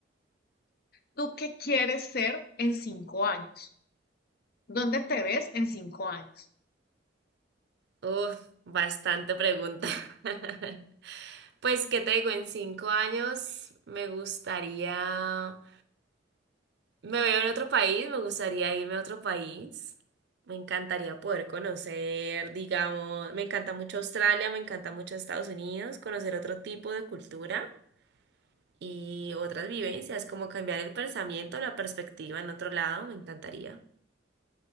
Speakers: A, on the left (about 55°); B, on the right (about 60°).
A: ¿tú qué quieres ser en cinco años? ¿Dónde te ves en cinco años?
B: Uf, bastante pregunta. <laughs> Pues, ¿qué te digo? En cinco años me gustaría Me veo en otro país, me gustaría irme a otro país. Me encantaría poder conocer, digamos, me encanta mucho Australia, me encanta mucho Estados Unidos, conocer otro tipo de cultura y otras vivencias, como cambiar el pensamiento, la perspectiva en otro lado, me encantaría.